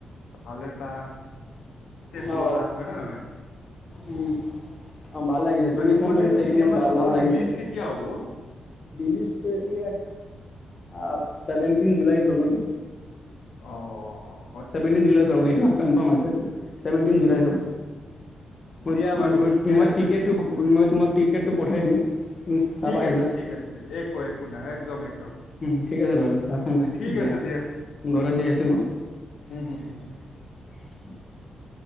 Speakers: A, on the left; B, on the left.
A: ভাল এটা। ষ্টেপ ললা
B: অ
A: হয় নে নহয়। <unintelligible>
B: উম অ ভাল লাগিছে
A: বাকী
B: তুমি
A: তোমাৰ
B: ফোন কৰিছা
A: সেই
B: এইটো
A: চিনেমাটো
B: ই ভাল লাগিছে।
A: ৰিলিজ কেতিয়া হ'ব
B: লিজটো এতিয়া আ। ছেভেটিন জুলাইত হ'ব নেকি।
A: অ অ
B: ছেভেন টিন জুলাইত হব সেইটো আ কনফ্ৰম আছে সেইটো ছেভেন টিন জুলাইত
A: অ
B: হ'ব। ৱেট
A: দিয়া বাৰু
B: ৱেট ৱেট
A: ঠিকে
B: মই
A: আছে
B: টিকট মই তোমাক টিকটটো পঠাই দিম। তুমি চাবা
A: ঠিক
B: আহিবা
A: আছে ঠিক আছে একো একো নাই একদম একদম।
B: উম ঠিক আছে বাৰু ৰাখো মই
A: ঠিক
B: এতিয়া
A: আছে
B: ঘৰত যাই আছো মই।
A: হু হু হু <unintelligible>
B: <inaudible>